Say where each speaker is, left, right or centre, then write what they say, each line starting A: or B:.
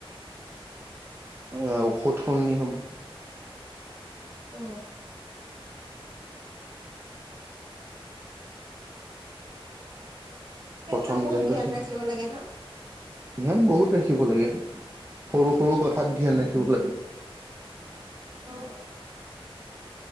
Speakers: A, on the right; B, on the right.
A: আহ ঔষধ সলনি হ'ব
B: অ সেইবোৰো
A: প্ৰথম
B: বহুত
A: যেনিবা
B: ধ্যান
A: সি
B: ৰাখিব লাগে ন
A: ধ্যান বহুত ৰাখিব লাগে সৰু সৰু কথাত ধ্যান ৰাখিব লাগে <unintelligible>
B: অ